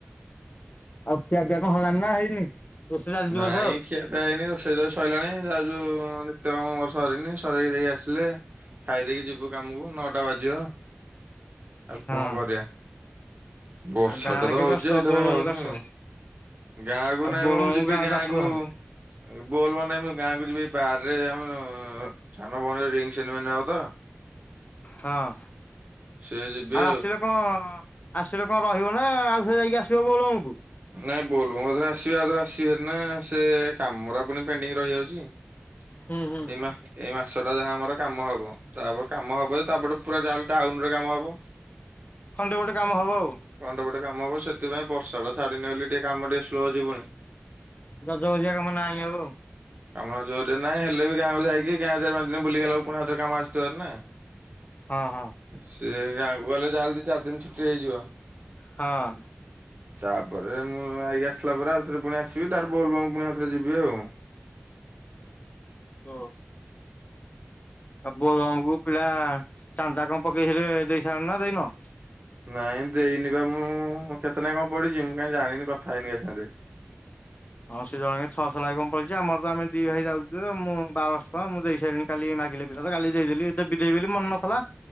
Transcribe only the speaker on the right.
ନାଇଁ।
ଖିଆ ପିଆ ହେଇନି। ରୋଷେଇ ତ ସଇଲାଣି ଯାଉଛୁ ନିତ୍ୟ କର୍ମ ମୋର ସରିନି। ସରେଇ ଦେଇ ଆସିଲେ। ଖାଇଦେଇ କି ଯିବୁ କାମୁକୁ ନଅଟା ବାଜିବ। ଆଉ
କଣ କରିଆ। ବର୍ଷାଟା
ତ
ହଉଛି
ସେଇଥ
ପାଇଁ ଯାଉନି
ଆଉ। ଗାଁ କୁ
ନାଇଁ
ମ। ମୁଁ ଯିବି
ଗାଁ
କୁ।
ବୋଲବ ନାହିଁ। ମୁଁ ଗାଁକୁ ଯିବି ବାର୍ ରେ ଆମର। ସାନ ଭଉଣୀ ର ରିଙ୍ଗ ସେନରମନି ହବ ତ।
ସେ ଯିବି
ନାଇଁ ବୋଲବମ ରେ ଆସିବା କଥା ଆସିବି ହେରି ନା ସେ କମହେରା ପୁଣି ପେଣ୍ଡିଙ୍ଗ ରହିଯାଉଛି। ଏ
ମା। ଏଇ ମାସ ଟା ଯାହା ଆମର କାମ ହବ। ତାପରେ କାମ ହବ ଯେ। ତାପ ଠୁ ପୁରା ଯାହାଲେ ଟାଉନ୍ ରେ କାମ ହବ।
ହୁଣ୍ଡ୍ରେଡ ପସେଣ୍ଟ କାମ ହବ। ସେଥିପାଇଁ ବର୍ଷା ଟା ଛାଡିିନି ବୋଲି ଟିକେ କାମ ଟିକେ ସ୍ଲୋ ଯିବୁନି।
କାମ ନା ଜୋରରେ ନାହିଁ। ହେଲେ ବି ଗାଁକୁ ଯାଇକି ଗାଁ ଚାରି, ପାଞ୍ଚ ଦିନି ବୁଲିଗଲାକୁ ପୁଣି ଆଉ ଥରେ କାମ ଆସିଥିବ ନା।
ସିଏ। ଗାଁକୁ ଗଲେ ଯାହା ହେଲେ ଦି, ଚାରି ଦିନି ଛୁଟି ହେଇଯିବ।
ତାପରେ ମୁଁ ଆଇକି ଆସିଲା ପରେ। ଆଉଥରେ ପୁଣି ଆସିବି ତାର ବୋଲବମ୍ ପୁଣି ଆଉଥରେ ଯିବି ଆଉ।
ନାଇଁ, ଦେଇନି ବା ମୁଁ କେତେ ଟଙ୍କା କଣ ପଡିଛି। ମୁଁ କାଇଁ ଜାଣିନି କଥା ହେଇନି କା ସାଙ୍ଗରେ।